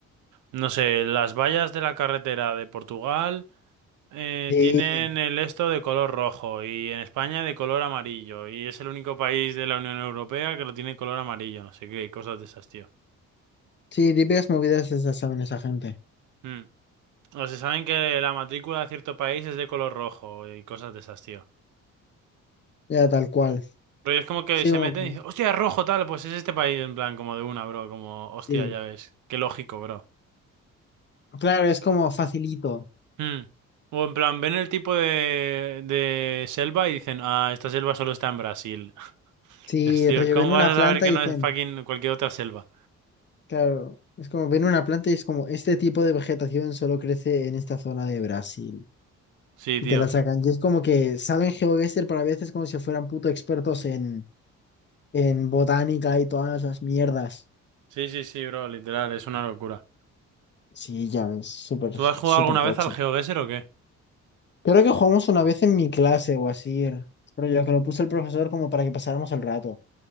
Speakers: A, on the right; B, on the left.
A: No sé, las vallas de la carretera de Portugal eh,
B: sí,
A: tienen el esto de color rojo y en España de color amarillo. Y es el único país de la Unión Europea que lo tiene color amarillo, no sé qué, cosas de esas, tío.
B: sí, típicas movidas esas saben esa gente.
A: Mm. O se saben que la matrícula de cierto país es de color rojo y cosas de esas, tío.
B: Ya tal cual.
A: Pero es como que
B: Sí,
A: se
B: como
A: meten
B: que-
A: y dicen, hostia, rojo tal, pues es este país, en plan, como de una, bro, como, hostia,
B: sí.
A: ya ves, qué lógico, bro.
B: Claro, es como facilito.
A: Mm. O en plan, ven el tipo de, de selva y dicen, ah, esta selva solo está en Brasil.
B: Si
A: Es, Tío,
B: reviven
A: ¿cómo
B: una
A: vas
B: planta
A: a saber que
B: y
A: no
B: dicen.
A: es fucking cualquier otra selva?
B: Claro, es como ven una planta y es como este tipo de vegetación solo crece en esta zona de Brasil.
A: Sí,
B: Y
A: tío.
B: te la sacan. Y es como que saben GeoGuessr para veces como si fueran puto expertos en, en botánica y todas esas mierdas.
A: Sí, sí, sí, bro, literal, es una locura.
B: Sí, ya ves, súper,
A: ¿Tú has jugado
B: súper
A: alguna
B: tocho.
A: vez al GeoGuessr o qué?
B: Creo que jugamos una vez en mi clase o así. er, Pero yo que lo puso el profesor como para que pasáramos el rato.